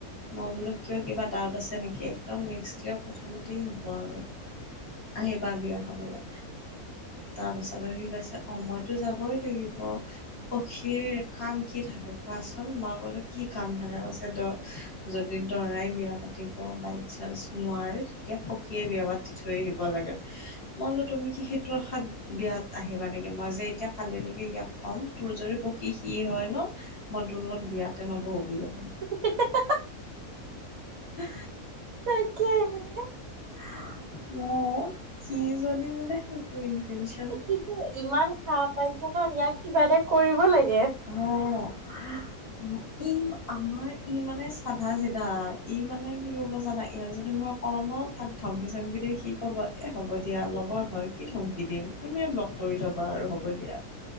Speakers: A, on the left; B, on the right.
A: মই বোলো কিয় কিবা ডাউট আছে নেকি একদম নেক্সত ইয়েৰ প্ৰথমতেই হ'ব আৰু। আহিবা বিয়া খাবলে। তাৰ পাছত আৰু সি কৈছে মইতো যাবই লাগিব। সখীৰ কাম কি থাকে কোৱাচোন মই বোলো কি কাম থাকে কৈছে দ- যদি দৰাই বিয়া পাতিব বাই চেচ্ছ নোৱাৰে তেতিয়া সখীয়ে বিয়া পাতি থৈ আহিব লাগে মই বলো তুমি কি সেইটো আশাত বিয়াত আহিবা লাগে মই যে এতিয়া কালি লৈকে ইয়া ক'ম তোৰ যদি সখী সি হয় ন মই তোৰ লগত বিয়াতে নবহোঁ বোলো
B: <unintelligible>
A: হুে
B: তাকেহে
A: হা অ সি যদি বোলে সেইটো ইণ্টেনচি
B: কিন্তু ইমান সাহ পাইছে ন ইয়াক কিবা এটা কৰিব লাগিব
A: উম আহ উম ই আমাৰ ই মানে চাধা চিধা ই মানে কি ক'ব জানা ইয়াক যদি মই। অহ ন তাক ধমকি চমকি দি সি ক'ব এই হ'ব দিয়া লগৰ হয় কি ধমকি দিম তুমিয়ে ব্লক কৰি থ'বা আৰু হ'ব দিয়া